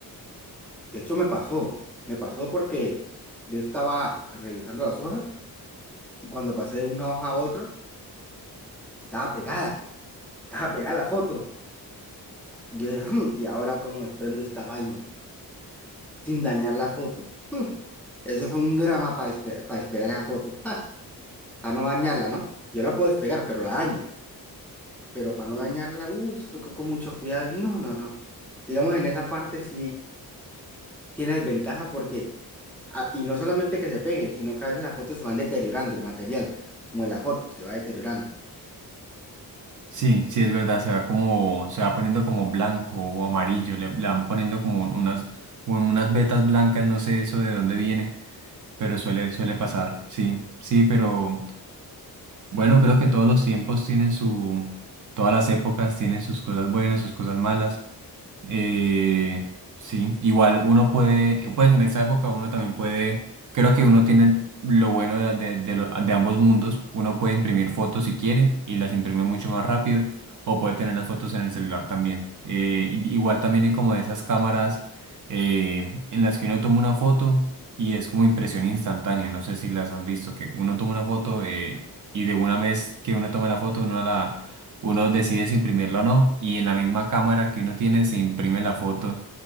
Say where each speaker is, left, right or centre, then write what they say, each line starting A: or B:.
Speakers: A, in the centre; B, on the right.
A: De hecho, me pasó. Me pasó porque yo estaba revisando las hojas y cuando pasé de una hoja a otra, estaba pegada. <laughs> Estaba pegada la foto. Yo dije, "Hmm, ¿y ahora cómo desprendo esta vaina sin dañar la foto? Hmm, Eso fue un drama para despegar esa foto. Ja, para no dañarla, ¿no? Yo la puedo despegar, pero la daño. Pero para no dañarla, uh, con mucho cuidado. y No, no, no. Digamos, en esa parte sí tiene desventaja porque Ah, y no solamente que se peguen, sino que a veces las fotos se van deteriorando, el material, como de la foto, se va deteriorando.
B: Sí, sí, es verdad, se va como, se va poniendo como blanco o amarillo, le, le van poniendo como unas, unas vetas blancas, no sé eso de dónde viene, pero suele, suele pasar, sí, sí, pero bueno, creo que todos los tiempos tienen su, todas las épocas tienen sus cosas buenas, sus cosas malas. Eh, sí, igual uno puede, pues en esa época uno también puede, creo que uno tiene lo bueno de, de, de lo- de ambos mundos, uno puede imprimir fotos si quiere y las imprime mucho más rápido o puede tener las fotos en el celular también. Eh, y- igual también hay como de esas cámaras eh, en las que uno toma una foto y es como impresión instantánea, no sé si las has visto, que uno toma una foto eh, y de una vez que uno toma la foto uno la uno decide si imprimirla o no y en la misma cámara que uno tiene se imprime la foto.